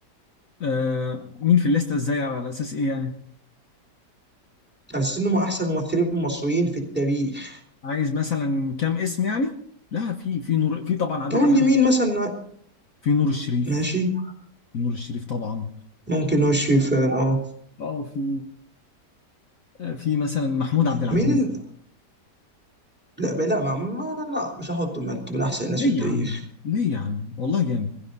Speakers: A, on the left; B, in the centre.
A: آه مين في الليسته ازاي على اساس ايه يعني
B: على اساس انهم احسن ممثلين مصريين في التاريخ
A: عايز مثلا كام اسم يعني لا في في نور في طبعا عادل
B: نقول
A: امام
B: لي مين مثلا
A: في نور الشريف
B: ماشي
A: في نور الشريف طبعا
B: ممكن وشي فعلا اه
A: اه في آه، في مثلا محمود عبد العزيز
B: مين ال... لا ب- لا ما... ما لا مش هحطه من من احسن الناس
A: ليه
B: في التاريخ
A: يا عم ليه يا عم والله جامد